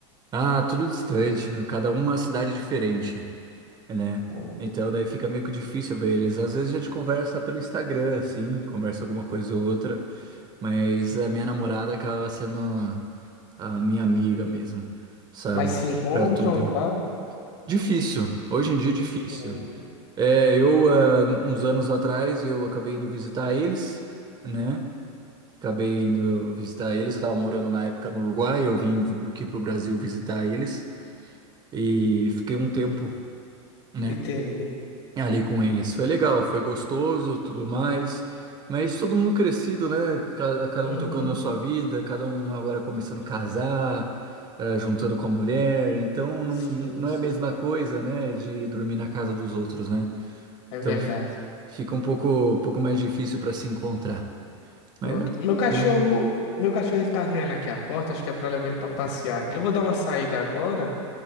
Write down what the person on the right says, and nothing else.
Ah, tudo distante, meu, cada um uma cidade diferente, né?
Então daí fica meio que difícil ver eles. Às vezes a gente conversa pelo Instagram, assim, conversa alguma coisa ou outra, mas a minha namorada acaba sendo a minha amiga mesmo, sabe?
Pra tudo.
Difícil, hoje em dia é difícil.
É, eu, ah, uns anos atrás, eu acabei indo visitar eles, né? Acabei indo visitar eles. Eu estava morando na época no Uruguai, eu vim aqui pro Brasil visitar eles e fiquei um tempo, né,
ali com eles. Foi legal, foi gostoso, tudo mais. Mas todo mundo crescido, né? Cada, cada
um tocando a sua vida, cada um agora começando a casar, eh, juntando com a mulher. Então não,
não
é a mesma coisa, né, de dormir na casa dos outros, né?
Então
f- fica um pouco, pouco mais difícil para se encontrar.
Mas é tranquilo.